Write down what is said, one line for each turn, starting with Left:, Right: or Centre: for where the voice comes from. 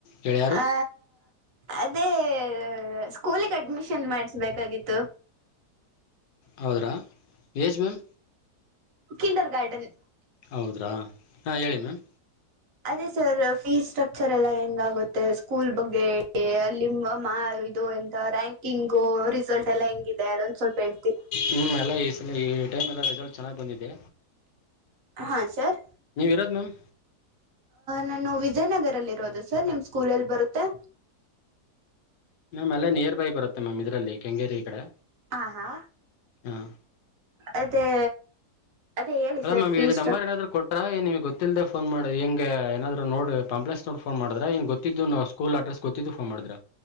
Left: ಗೆಳೆಯರು
Right: ಆ ಅದೇ ಸ್ಕೂಲಿಗೆ ಅಡ್ಮಿಷನ್ ಮಾಡಿಸಬೇಕಾಗಿತ್ತು
Left: ಹೌದ್ರಾ ಯಜ್ ಮ್ಯಮ್
Right: ಕಿಂಡರ್ ಗಾರ್ಡನ್
Left: ಹೌದ್ರಾ ಹಾ ಹೇಳಿ ಮ್ಯಾಮ್
Right: ಅದೇ ಸರ್ ಫೀಸ್ ಸ್ಟ್ರಕ್ಚರ್ ಎಲ್ಲ ಹೆಂಗಗುತ್ತೆ ಸ್ಕೂಲ್ ಬಗ್ಗೆ ಅಲ್ಲಿ ದು ಎಂತ ರ್ಯಾಂಕಿಂಗು ರಿಸಲ್ಟ್ ಎಲ್ಲಾ ಹೆಂಗ ಇಿದೆ ಅದೊಂದು ಸ್ವಲ್ಪ ಹಳ್
Left: ಹ್ಮ್ ಎಲ್ಲಾ ಈ ಸ ಈ ಟೈಮ್ ಎಲ್ಲ ರೆಿಸಲ್ಟ್ ಚೆನ್ನಾಗ್ ಬಂದಿದೆ
Right: ಹಾ ಸರ್
Left: ನೀವು ಇರೋದು ಮ್ಯಾಮ್
Right: ನಾನು ವಿಜಯನಗರಲ್ಲಿರೋದು ಸರ್ ನಿಮ್ಮ ಸ್ಕೂಲಲ್ಲಿ ಬರುತ್ತೆ
Left: ಮ್ಯಾಮ್ ಅಲ್ಲೇ ನಿಯರ್ ಬೈ ಬರುತ್ತೆ ಮ್ಯಾಮ್ ಇದ್ರಲ್ಲಿ ಕೆಂಗೇರಿ ಈ ಕಡೆ
Right: ಹಾ ಹಾ
Left: ಹಾಂ
Right: ಅದೇ ಅದೇ ಹೇಳಿ
Left: ಅಲ್ಲ
Right: ಸರ್
Left: ಮ್ಯಾಮ್
Right: ಫೀಸ್
Left: ಇ್ ನಂಬರ್
Right: ಸ್ಟ್ರಕ್
Left: ಏನಾದ್ರು ಕೊಟ್ರಾ ನಿಮ್ ಗೊತ್ತಿಲ್ಲದೆ ೋನ್ ಮಾಡಿ ಹೆಂಗಗೆ ಏನ್ರು ನೋಡಿ ಪಂಪ್ಲಲೆಸ್ ನೋಡ್ಫೋನ್ ಮಾಡ್ರೆ ಇನ್ ಗೊಿದ್ದು ನಾ ಸ್ಕೂಲ್ ಅಡ್ರೆಸ್ ಗೊತ್ತಿದ್ದು ಫೋನ್ ಮಾಡಿದ್ರ